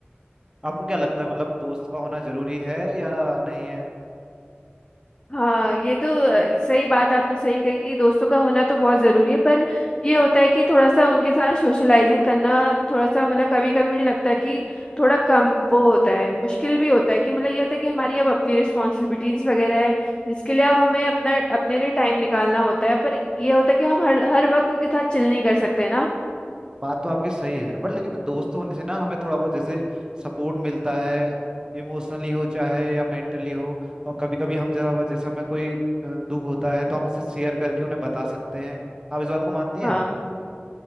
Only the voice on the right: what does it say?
आपको क्या लगता है मतलब दोस्तों का होना जरूरी है या नहीं है
बात तो आपकी सही है बट लेकिन दोस्त होने से ना हमें थोड़ा बहुत जैसे सपोर्ट मिलता है इमोशनली हो चाहे या मेंटली हो और कभी कभी हम जरा बहुत जैसे हमें कोई अ, दुख होता है तो हम उससे शेयर करके उन्हें बता सकते हैं आप इस बात को मानती हैं